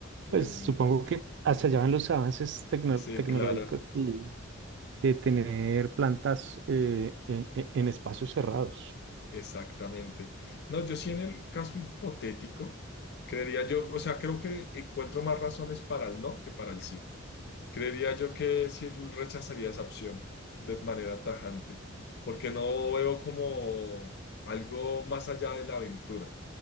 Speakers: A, on the left; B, on the right.
A: uy,
B: pues supongo
A: mm,
B: que hasta allá van los avances tecno-
A: sí,
B: tecnológicos
A: claro,
B: y de tener plantas eh, en en- en espacios cerrados.
A: exactamente. No, yo sí en el caso hipotético, creería yo, o sea, creo que encuentro más razones para el no que para el sí. Creería yo que sí rechazaría esa opción de manera tajante, porque no veo como algo más allá de la aventura.